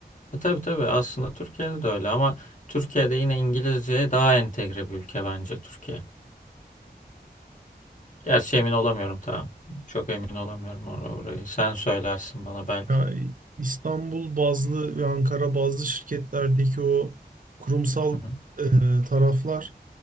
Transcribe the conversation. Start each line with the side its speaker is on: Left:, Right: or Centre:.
Left: e, tabii tabii aslında Türkiye'de de öyle ama Türkiye'de yine İngilizceye daha entegre bir ülke bence Türkiye. Gerçi emin olamıyorum tamam. Çok emin olamıyorum or- orayı. Sen söylersin bana belki.
Right: Ya İstanbul bazlı ve Ankara bazlı şirketlerdeki o kurumsal
Left: Hı hı.
Right: e, taraflar